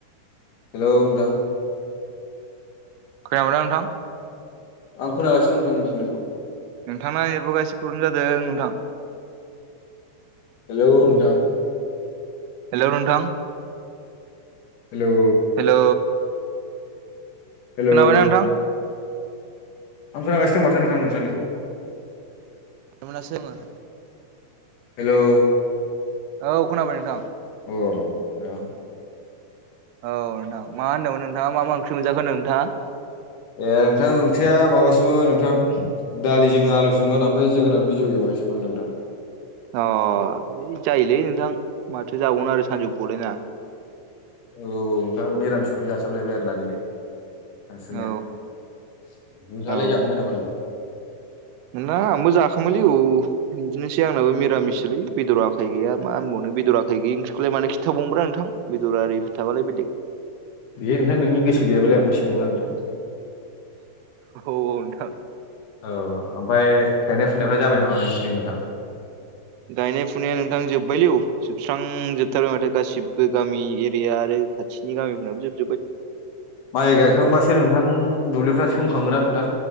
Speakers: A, on the left; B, on the right.
A: हेलौ नोंथां
B: खोनाबायदा नोंथां
A: आं खोनागासिनो दं नोंथां नोंनिखौ
B: नोंथां ना नेटवर्क आ एसे प्रब्लेम जादों नोंथां
A: हेलौ नोंथां
B: हेलौ नोंथां
A: हेल'।
B: हेल'
A: हेलौ
B: खोनाबाय ना नोंथां।
A: आं खोनागासि दं माथो नोंथांनिखौ <unintelligible>
B: <unintelligible>
A: हेल'
B: औ खोनाबाय नोंथां।
A: अ र
B: औ नोंथां मा होन्दोंमोन नोंथाङा मा मा ओंख्रि मोनजाखो होनदों नोंथाङा
A: ए नोंथां ओंख्रिया माबासोमोन नोंथां दालिजों आलुसोमोन ओमफ्राय जोगोनार बिजौ एवनायसोमोन नोंथां
B: अ ओइ जायोलै नोंथां माथो जाबावनो आरो सानजौफुलायना
A: औ नोंथाङा निरामिसखौनो जासाबलायबाय आरोना दिनै सानसुनिया
B: औ
A: नोंथाङालाय
B: औ औ
A: जाखांबाय नामा नोंथां
B: ना आंबो जाखोमोनलै औ बिदिनोसै आंनाबो मिरामिसोलै बेदराखै गैया मा होनबाव बेदरायै ओंख्रिखौलाय मानो खिन्थावब्रा नोंथां बेदरारिफोर थाबालाय बेलग
A: बेे नोंथां नोंनि गैयाबालाय आंबो सोंला नोंथां
B: औ नोंथां
A: औ ओमफ्राय गायनाय फुनायफ्रा जाबाय नामा नोंसिनि नोंथां
B: गायनाय फुनाया नोंथां जोब्बायलै औ जोबस्रांजोबथारबाय माथो गासिबो गामि एरिया आरो खाथिनि गामिफोराबो जोबार
A: माइ गायखांबासो नोंथां दुब्लिफ्रा सोमखाङोना नोंथां